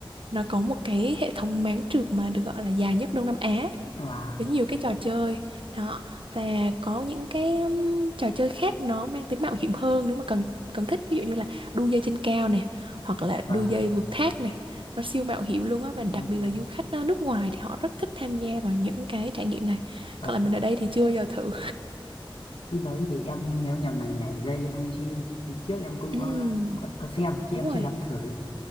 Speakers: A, on the right; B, on the left.
A: nó có một cái hệ thống máng trượt mà được gọi là dài nhất Đông Nam Á.
B: wow
A: với nhiều cái trò chơi đó và có những cái um, trò chơi khác nó mang tính mạo hiểm hơn nếu mà cần cần thích ví dụ như là đu dây trên cao nè hoặc là
B: vâng
A: đu dây vượt thác nè nó siêu mạo hiểm luôn á và đặc
B: vâng
A: biệt là du khách uh, nước ngoài thì họ rất thích tham gia vào những cái trải nghiệm này
B: Ờ,
A: còn là mình ở đây thì chưa bao giờ thử
B: cái đấy thì em nhớ nhầm là nhảy dây với bungee thì trước em cũng
A: Ừm,
B: có, có, có xem chứ
A: đúng
B: em
A: rồi
B: chưa dám thử